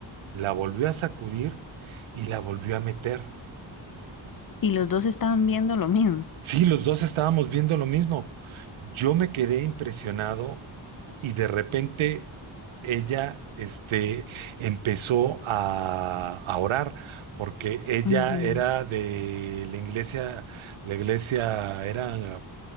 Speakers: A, on the right; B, on the left.
A: la volvió a sacudir y la volvió a meter.
B: Y los dos estaban viendo lo mismo.
A: Sí, los dos estábamos viendo lo mismo. Yo me quedé impresionado y de repente ella, este, empezó a, a orar porque ella
B: Ujú.
A: era de la iglesia, la iglesia era